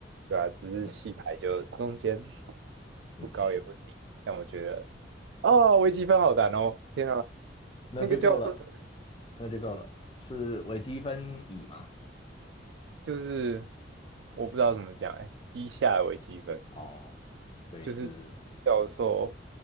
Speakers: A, on the right; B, on the left.
A: 对啊，只是戏台就中间
B: 嗯嗯，
A: 不高也不低，但我觉得。哦，微积分好难哦！天啊，
B: 那就够了，
A: 那个教授
B: 那就够了，是微积分乙吗？
A: 就是我不知道怎么讲哎、以下为积分
B: 哦，所以是，
A: 就是教授